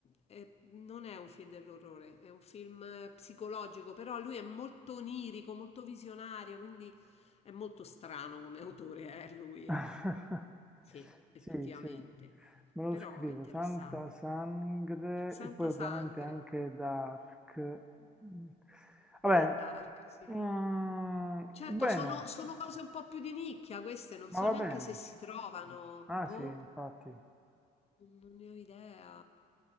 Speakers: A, on the left; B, in the centre.
A: è- non è un film dell'orrore, è un film eh, psicologico, però lui è molto onirico, molto visionario, quindi è molto strano come autore, eh, lui,
B: <laughs>
A: eh, Sì. effettivamente.
B: Sì, sì, me lo
A: Però
B: scrivo,
A: è interessante.
B: Santa Sangre
A: Santa
B: e poi ovviamente
A: Sangre
B: anche Dark. Mm. Vabbè,
A: e Dark, sì.
B: mm,
A: Certo,
B: bueno,
A: sono, sono cose un po' più di nicchia queste, non
B: ma
A: so
B: va
A: neanche
B: bene.
A: se si trovano.
B: Ah
A: Boh.
B: sì, infatti.
A: Non ne ho idea.